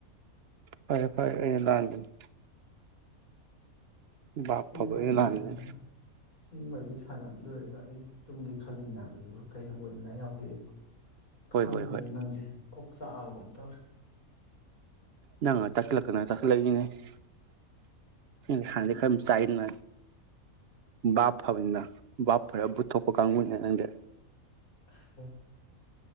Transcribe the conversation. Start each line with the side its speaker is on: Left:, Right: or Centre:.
Right: ꯐꯔꯦ ꯐꯔꯦ ꯑꯩꯅ ꯂꯥꯟꯕꯅꯤ ꯚꯥꯞ
Left: ꯁꯤꯒꯤ
Right: ꯐꯕ
Left: ꯋꯥꯔꯤꯁꯦ
Right: ꯑꯩꯅ ꯂꯥꯟꯕꯅꯤ
Left: ꯁꯥꯟꯅꯕ ꯁꯤꯒꯤ ꯋꯥꯔꯤꯁꯦ ꯁꯥꯟꯅꯕ ꯂꯣꯏꯔꯒ ꯑꯩ ꯇꯨꯡꯒꯤ ꯈꯜꯂꯤꯅꯤ ꯍꯥꯏꯕꯁꯤꯕꯨ ꯀꯔꯤ ꯍꯪꯒꯣꯏꯅꯤꯡꯉꯥꯏ ꯌꯥꯎꯒꯦꯕ
Right: ꯍꯣꯏ
Left: ꯈꯥꯡꯗꯦꯗ
Right: ꯍꯣꯏ ꯍꯣꯏ
Left: ꯅꯪꯁꯦ ꯀꯣꯛ ꯆꯥꯍꯕꯒꯨꯝ ꯇꯧꯔꯦ
Right: ꯅꯪꯅ ꯆꯠꯈꯔꯥꯀꯥꯅꯥ ꯆꯈꯠꯂꯏꯅꯤꯅꯦ ꯑꯩ ꯍꯥꯟꯅꯗꯩꯩ
Left: ꯎꯝ
Right: ꯈꯔꯃꯨ ꯆꯥꯏꯌꯦꯅ ꯚꯥꯞ ꯐꯕꯅꯤꯅ ꯚꯥꯞ ꯐꯔꯕꯨꯊꯣꯛꯄ ꯀꯥꯡꯕꯨꯅꯦ ꯅꯪꯗꯤ
Left: ꯑ ꯍ